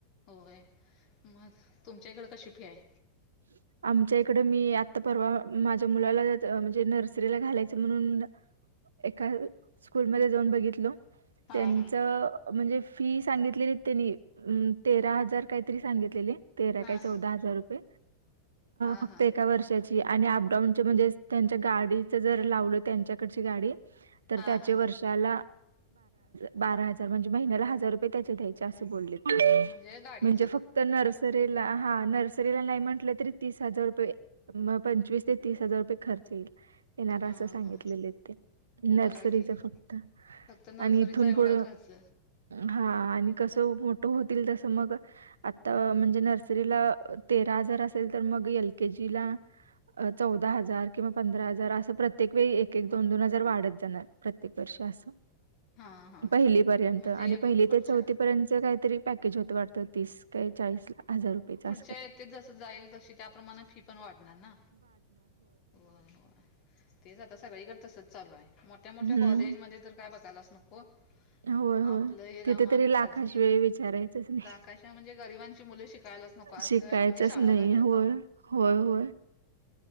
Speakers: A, on the left; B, on the right.
A: होय मग तुमच्या इकडें कशी फी आहे
B: ह आमच्या इकडं मी आत्ता परवा माझ्या मुलाला म्हणजे नर्सरीला घालायचं म्हणून एका स्कूलमध्ये जाऊन बघितल
A: हा
B: त्यांच
A: हा
B: म्हणजे फी सांगितलेली त्यांनी तेरा हजार काहीतरी सांगितलेले तेरा
A: हा
B: काय चौदा
A: हा
B: हजार रुपये
A: हा
B: फक्त
A: हा
B: एका वर्षा आणि अपडाऊन म्हणजे त्यांच्या गाडीच जर लावल त्यांच्याकडची गाडी तर
A: हा
B: त्याचे
A: हा हा
B: वर्ष ब ब हार म्हणजे महिन्याला हजार रुपये त्या द्यायचे अस बले
A: म्हणजे गाडीचं
B: म्हणजे फक्त नर्सरीला हा नर्सरी म्हट तरी तीस हजार रये पंचस ते तीस हार रुपये खर्च येई येणार
A: हा
B: असं सांगितलेले
A: हा
B: ते
A: मग
B: नर्सरीच
A: बघा की
B: फक्त
A: फक्त नर्सरीचा
B: आणि इथून
A: एवढा
B: पुढ
A: खर्च
B: हा आणि कसं मोठं होतील तसं मग आता म्हणजे नर्सरीला तेरा हजार असेल तर मग एल केजी ला चौदा हजार किंवा पंधरा हजार असं प्रत्येक वेळी एक एक दोन दोन हजार वाढत जाणार प्रत्येक वर्ष असं
A: हा हा
B: पहिली
A: हा
B: पर्यंत
A: म्हणजे
B: आणि पहि
A: पुढच्या
B: ते चौथी पर्यंत कातरी होतं वाटतं तीस काय चाळीस हजार रुपयेचां
A: थ जस जाईल तशी त्याप्रमाणे फी पण वाढणार ना होय होय तेच आता सगळीकडे तसच चालू आहे मोठ्या मोठ्या
B: हम्म.
A: कॉलेजमध्येध्ये तर काय बघायच नकत हो
B: होय, होय.
A: आपलं हे
B: तिथे
A: रमाने
B: तरी लाखाश
A: खाजगी
B: वेळ विचारायचंच नाही.
A: राकायची म्हणजे गरिबांची मुलं शिकायलाच नको असं
B: शिकायचंच
A: म्हणजे शाळा
B: नाही.
A: झाल्या
B: होय.
A: आता
B: होय, होय.